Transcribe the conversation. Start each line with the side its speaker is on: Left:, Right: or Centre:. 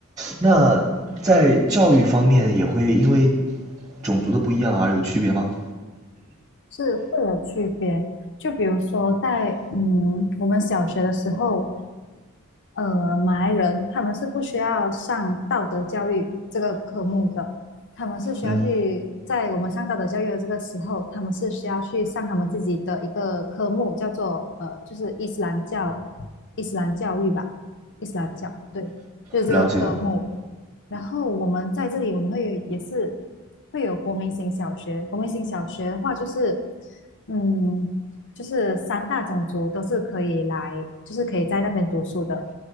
Right: 那在教育方面也会因为种族的不一样而有区别吗？
Left: 是会有区别，就比如说在嗯，我们小学的时候，呃，马来人他们是不需要上道德教育这个科目的，他们是需要去在我们上道德教育的这个时候，
Right: 嗯，
Left: 他们是需要去上他们自己的一个科目，叫做呃，就是伊斯兰教，伊斯兰教育吧，伊斯兰教，对，就是这个科目。
Right: 了解。
Left: 然后我们在这里，我们会也是会有国民型小学，国民型小学的话就是，嗯，就是三大种族都是可以来，就是可以在那边读书的。